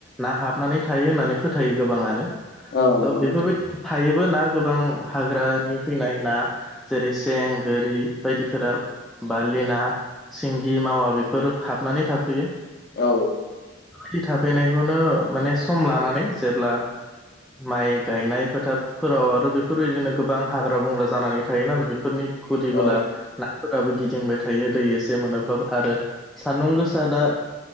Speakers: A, in the centre; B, on the left.
A: ना हाबनानै थायो होननानै फोथायो गोबाङानो
B: औ नंगौ
A: बेफोर
B: नोंथां
A: बायदि थायोबो ना गोबां हाग्रानि फैनाय ना जेरै सें गोरि बायदिफोरा बालिना सिंगि मावा बेफोर हाबनानै थाफैयो
B: औ
A: बेबायदि थाफैनायखौनो माने सम लानानै जेब्ला माइ गायनाय फोथारफोराव आरो बेफोरबायदिनो गोबां हाग्रा बंग्रा जानानै थायो नालाय बेफोरनि गुदि
B: औ
A: गुला फोराबो गिदिंबाय थायो दै एसे मोनोब्ला आरो सान्दुं गोसा दा